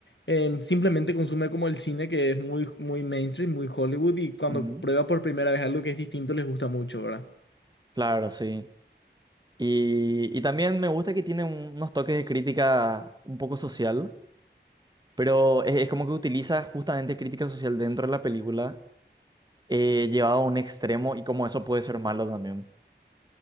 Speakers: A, on the left; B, on the right.
A: eh, simplemente consume como el cine que es muy, muy mainstream, muy Hollywood y cuando
B: Ujú.
A: prueba por primera vez algo que es distinto les gusta mucho, ¿verdad?
B: Claro, sí. Y, y también me gusta que tiene un- unos toques de crítica un poco social, pero es, es como que utiliza justamente crítica social dentro de la película, eh, llevado a un extremo y como eso puede ser malo también.